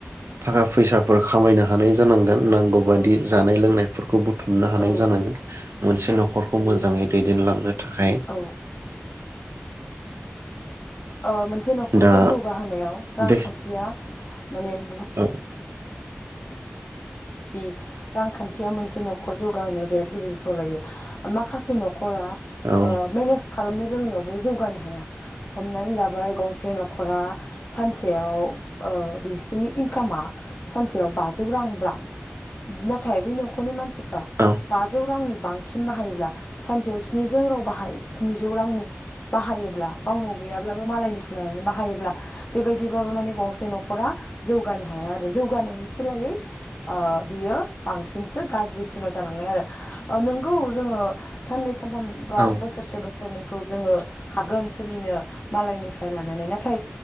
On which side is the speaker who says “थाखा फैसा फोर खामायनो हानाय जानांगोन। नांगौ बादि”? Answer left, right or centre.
Right